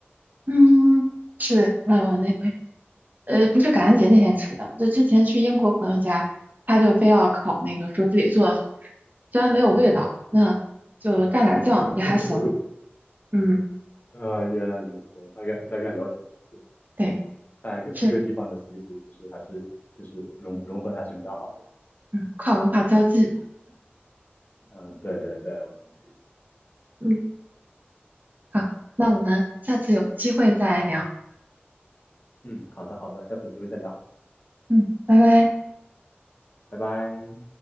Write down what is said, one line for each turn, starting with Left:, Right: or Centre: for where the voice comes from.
Right: 嗯，是，我我那哎呃，不是感恩节那天吃的，就之前去英国朋友家，他就非要烤那个，说自己做的好吃，虽然没有味道，那就蘸点儿酱也还行。
Left: <laughs> 没有，我以为
Right: 嗯，
Left: 呃，原来如此，我大概我大概了解了，是
Right: 对，
Left: 在各各个地方的习俗其实还是就是融融合还是比较好的。
Right: 是，嗯，跨文化交际嘛。
Left: 嗯，对对对，我懂你的意思。
Right: 嗯，好，那我们下次有机会再聊。
Left: 嗯，好的好的，下次有机会再聊，
Right: 嗯，拜拜。
Left: 拜拜。